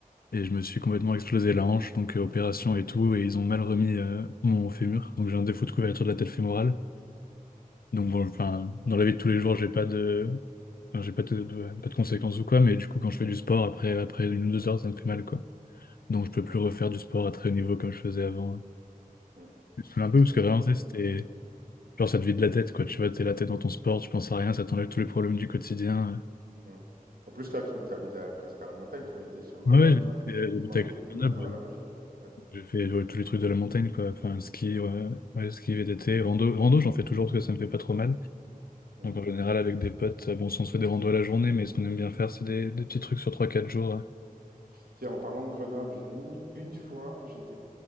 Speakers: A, on the left (about 85°); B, on the right (about 85°).
A: et je me suis complètement explosé la hanche, donc euh, opération et tout, et ils ont mal remis euh, mon fémur, donc j'ai un défaut de couverture de la tête fémorale. Donc bon, enfin, dans la vie de tous les jours, j'ai pas de, enfin, j'ai pas de, pas de conséquences ou quoi, mais du coup quand je fais du sport, après après une ou deux heures, ça me fait mal quoi.
B: ok.
A: Donc, je peux plus refaire du sport à très haut niveau comme je faisais avant.
B: Mm.
A: Je me saoule un peu
B: T'imagines?
A: parce que vraiment, tu sais, c'était. Genre, ça te vide la tête, quoi. Tu vois, t'es la tête dans ton sport, tu penses à rien, ça t'enlève tous les problèmes du quotidien.
B: Mm. En plus, toi, tu habites presque à la montagne. Tu m'as été sur Grenoble,
A: Ouais, ouais, j'habitais
B: ça?
A: j'habitais
B: Dis-moi,
A: à
B: tu
A: côté
B: es de
A: de Grenoble.
B: Grenoble à l'origine? Ouais.
A: J'ai fait ouais, tous les trucs de la montagne, quoi. Enfin, ski, ouais, ouais, ski, VTT, rando. Rando, j'en fais toujours parce que ça me fait pas trop mal.
B: Mm.
A: Donc, en général, avec des potes, euh, bon, si on se fait des randos à la journée, mais ce qu'on aime bien faire, c'est des, des petits trucs sur trois quatre jours. ouais.
B: Tiens, en parlant de Grenoble, j'ai- une, une fois, j'étais